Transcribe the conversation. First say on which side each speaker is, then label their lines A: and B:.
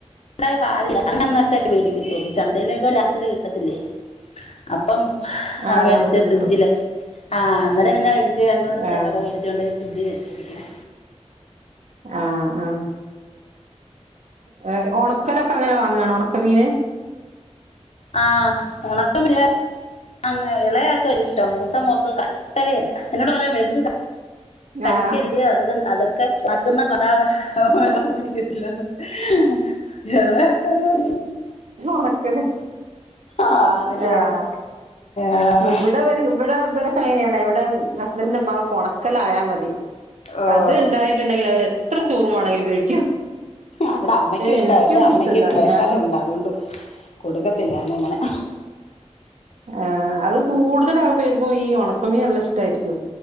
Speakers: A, on the left (about 65°); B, on the right (about 85°).
A: <unintelligible> അതിനു അന്നത്തേക്ക് വേടിക്കത്തൊള്ളൂ ചന്തയിലൊക്കെ ലാഭത്തില് കിട്ടത്തില്ലേ അപ്പം
B: ആ
A: അഹ് മേടിച്ച്
B: ലാഭത്ത് കിട്ടും
A: ഫ്രിഡ്ജില് ആഹ് അന്നേരം പിന്നെ മേടിച്ച് രണ്ടു <unintelligible>
B: ആ
A: മേടിച്ചോണ്ട് ഫ്രിഡ്ജിൽ വെച്ചിരിക്കുവാ
B: ആഹ് ആഹ് <unintelligible> ഒണക്കലൊക്കെ അങ്ങനെ വാങ്ങാണോ ഒണക്കമീന്
A: ആഹ് ഒണക്ക <unintelligible> അങ് എളയാക്ക് വല്യഷ്ട മൂത്ത മോക്ക് ക ഇഷ്ട്ടവേ അല്ല എന്നോട് പറയും വേടിച്ചു ത കഴിക്കല്ല്
B: ആ
A: <unintelligible> അതൊ <unintelligible> ക്കെ നക്കുന്ന കട വെള്ളം കുടിക്ക <unintelligible> എ ളേയാക്കത് വല്യ
B: ഒണക്കല്
A: ആണല്ലേ
B: ആഹ്
A: ആഹ്
B: ഇവ്ട വരും ഇവ്ടേം വ്ടൊക്കെങ്ങനയാണ് ഇവ്ടെ ഹസ്ബന്റിന്റെ ഉമ്മാകൊക്കെ ഒണക്കലായ മതി
A: ഓഹ്
B: അത് ഇണ്ടായിട്ട്ണ്ടെങ്കിലവര് എത്ര ചോറവാണെങ്കിലും കഴി
A: അവ്ടെ അമ്മയ്ക്കും ഇഷ്ട
B: എനിക്കത്
A: പഷേ അമ്മയ്ക്ക്
B: ഇഷ്ടമല്ല
A: പ്രഷറുണ്ട്
B: ഞാൻ
A: അതു കൊണ്ട് കൊടുക്കത്തില്ലാന്നങ്ങനെ
B: ആ അത് കൂടുതലാ പേർക്കും ഈ ഒണക്കല് അമി നല്ല ഇഷ്ട്ടായിരിക്കും